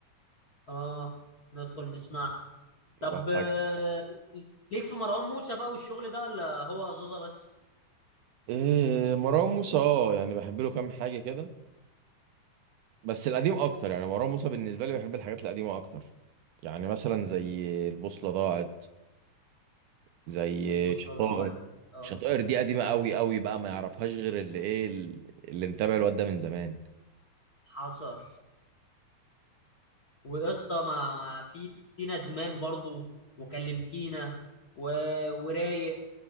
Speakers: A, on the left (about 50°); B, on the right (about 80°).
A: اه ندخل نسمعها طب
B: ده
A: آه،
B: حاجه
A: ليك في مروان موسى بقى والشغل ده ولا هو زازا بس
B: إيه مروان موسى اه يعني بحب له كام حاجه كده بس القديم اكتر يعني مروان موسى بالنسبه لي بحب الحاجات القديمه اكتر يعني مثلا زي البوصله ضاعت زي
A: البوصلة
B: شطائر
A: ضاعت اه
B: شطائر دي قديمه قوي قوي بقى ما يعرفهاش غير اللي ايه اللي متابع الواد ده من زمان
A: حصل ويا اسطى ما ما في في ندمان برضو وكلمتينا و... ورايق